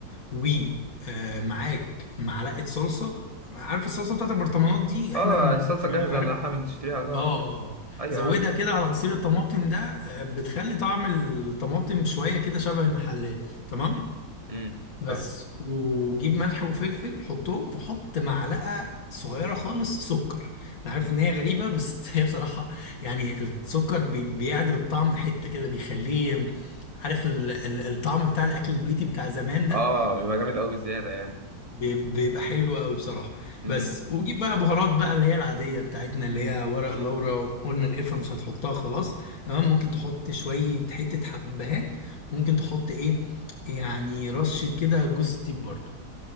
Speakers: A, on the left; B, on the right.
A: ومعاك معلقة صلصة عارف الصلصة بتاعت البرطمانات دي احنا
B: اه
A: لما
B: الصلصة
A: يعني
B: جاهزة
A: عارف
B: اللي احنا بنشتريها ده على
A: اه
B: طول
A: اه آه.
B: ايوه
A: زودها
B: عارف
A: كده على عصير الطماطم ده آه، بتخلي طعم الطماطم شوية كده شبه المحلات تمام
B: امم امم
A: بس
B: فاهم
A: وجيب ملح وفلفل حطهم وحط معلقة صغيرة خالص سكر انا عارف ان هي غريبة بس <laughs> هي بصراحة يعني السكر بي- بيعدل الطعم حتة كده بيخليه عارف ال- ال- الطعم بتاع الاكل البيتي بتاع زمان ده
B: اه بيبقى جامد قوي بزيادة يعني
A: بيب- بيبقى حلو قوي بصراحه
B: امم
A: بس وجيب بقى بهارات بقى اللي هي العاديه بتاعتنا اللي هي ورق لورا قلنا القرفه مش هتحطها خلاص تمام ممكن تحط شويه حته حبهان ممكن تحط ايه يعني رشه كده جوز الطيب برضو